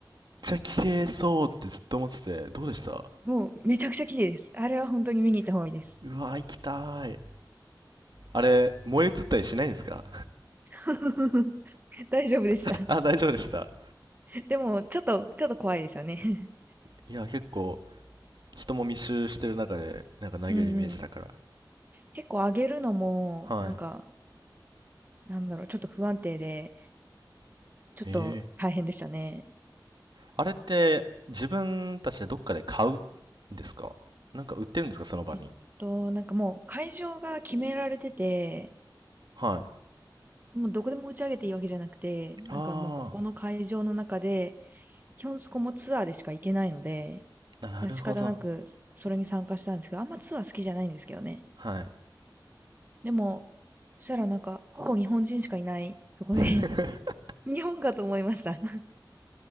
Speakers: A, on the right (about 65°); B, on the right (about 25°).
A: ちゃ綺麗そうってずっと思ってて、どうでした
B: もう、めちゃくちゃ綺麗です。あれは本当に見に行った方がいいです。
A: うわ、行きたーい。あれ、燃え移ったりしないんですか
B: <laughs> 大丈夫でした。
A: <laughs> あ、大丈夫でした。
B: でも、ちょっと、ちょっと怖いですよね。<laughs>
A: いや、結構、人も密集してる中で、なんか投げるイメージだから。
B: うんうん。結構上げるのも、
A: はい。
B: なんか、なんだろう、ちょっと不安定で、ちょっと大変でしたね。
A: ええあれって、自分たちでどっかで買うんですかなんか売ってるんですかその場に。
B: えっと、なんかもう会場が決められてて、
A: はい。
B: もうどこでも打ち上げていいわけじゃなくて、
A: あ
B: なんかもうここの会場の中で、基本そこもツアーでしか行けないので、
A: あ、なるほど。
B: だから仕方なくそれに参加したんですけど、あんまツアー好きじゃないんですけどね。
A: はい。
B: でも、そしたらなんか、ほぼ日本人しかいないとこで、
A: <laughs>
B: <laughs> 日本かと思いました。<laughs>